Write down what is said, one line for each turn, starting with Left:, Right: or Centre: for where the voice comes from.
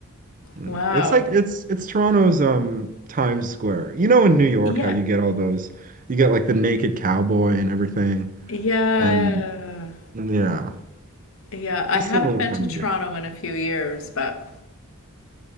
Right: Yeah.
Left: Wow.
Right: It's like it's it's Toronto's um Times Square. You know in New York
Left: Yeah.
Right: how you get all those you get like the naked cowboy and everything.
Left: Yeah.
Right: And yeah,
Left: Yeah.
Right: it's
Left: I
Right: a
Left: haven't
Right: similar
Left: been
Right: kind
Left: to
Right: of
Left: Toronto
Right: deal.
Left: in a few years, but